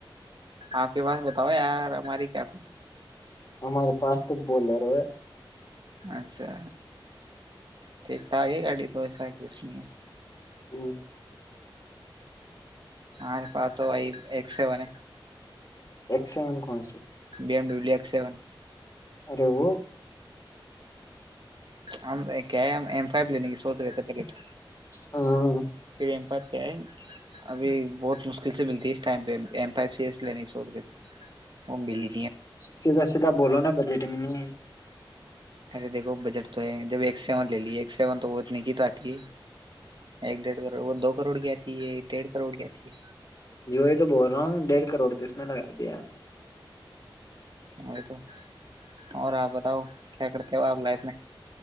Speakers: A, on the right; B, on the left.
A: آپ کے پاس بتاؤ یار ہماری کیا
B: ہمارے پاس تو بول رہے رہ
A: اچھا ٹھیک تھا آگے گاڑی تو ایسا یہھی لیے
B: ھم
A: ہار پ تو وائی ایک سے بنے
B: ایکسمین کون سے
A: B M W X seven
B: ارے وہ
A: ہم کیا ایم فائی لینے کی سوچ رہے تھ پہلے تو
B: ہاں
A: پ پہ ابھی بہت مشکل سے ملتی ہے اس ٹائم پہ ایم پائپ سے کیس لنے سوود رہ تھ امیلی
B: سیدا سیدھا بولو نا بجےٹ میں نہیں
A: ایسے دیکھو بجٹ تو ہے جب ایک سیون لے لی ایک سیون تو وہ اتنے کی تو آتی ہے ایک ڈیڑھ کروڑ وہ دو کروڑ کی آتی ہے ڈیڑھ کروڑ کی آتی ہے
B: جو ہی تو بول رہا ہوں ڈیڑھ کروڑ کس میں لگا دیا ہم نے
A: وہی تو اور آپ بتاؤ کیا کرتے ہو آپ لائف میں